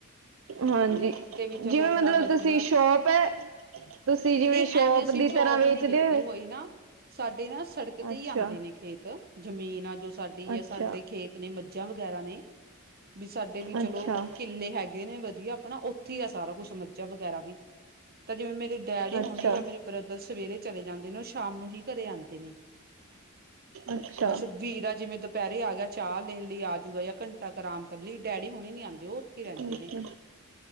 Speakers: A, on the right; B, on the right.
A: ਹਾਂਜੀ,
B: ਤੇ ਵੀ ਚਲੋ
A: ਜਿਵੇਂ
B: ਆਪਣਾ
A: ਮਤਲਬ
B: ਵਧੀਆ
A: ਤੁਸੀਂ ਸ਼ੋਪ ਹੈ ਤੁਸੀਂ ਜਿਵੇਂ
B: ਨਹੀਂ
A: ਸ਼ੋਪ
B: ਐਵੇਂ ਅਸੀਂ
A: ਦੀ
B: ਚੋਪ
A: ਤਰ੍ਹਾਂ ਵੇਚਦੇ
B: ਨੀ ਕੀਤੀ
A: ਹੋ
B: ਹੋਈ ਨਾ ਸਾਡੇ ਨਾ ਸੜਕ ਤੇ
A: ਅੱਛਾ
B: ਹੀ ਆਉਂਦੇ ਨੇ ਖੇਤ, ਜ਼ਮੀਨ ਆ ਜੋ ਸਾਡੀ
A: ਅੱਛਾ
B: ਆ, ਸਾਡੇ ਖੇਤ ਅਪਨੀ ਮੱਝਾਂ ਵਗੈਰਾ ਨੇ, ਵੀ ਸਾਡੇ ਵੀ
A: ਅੱਛਾ
B: ਚਲੋ ਕਿੱਲੇ ਹੈਗੇ ਗੇ ਨੇ ਵਧੀਆ ਆਪਣਾ ਉੱਥੇ ਹੀ ਆ ਸਾਰਾ ਕੁਛ ਮੱਝਾ ਵਗੈਰਾ ਵੀ। ਤਾਂ ਜਿਵੇਂ ਮੇਰੇ ਡੈਡੀ
A: ਅੱਛਾ
B: ਹੋਣੇ ਜਾਂ
A: ਅੱਛਾ
B: ਮੇਰੇ ਬ੍ਰਦਰ ਸਵੇਰੇ ਚਲੇ ਜਾਂਦੇ ਨੇ, ਉਹ ਸ਼ਾਮ ਨੂੰ ਹੀ ਘਰੇ ਆਉਂਦੇ ਨੇ
A: ਅੱਛਾ
B: ਬਸ ਵੀਰਾ ਜਿਵੇਂ ਦੁਪ ਦੁਪਹਿਰੇ ਆ ਗਿਆ ਚਾਹ ਲੈਣ ਲਈ ਆਜੂਗਾ, ਜਾਂ ਘੰਟਾ ਇਕ ਆਰਾਮ ਕਰਨ ਲਈ। ਡੈਡੀ ਹੁਣੇ ਨੀ ਆਉਂਦੇ ਉਹ ਉੱਥੇ ਰਹਿੰਦੇ
A: ਅੱਛਾ।
B: ਨੇ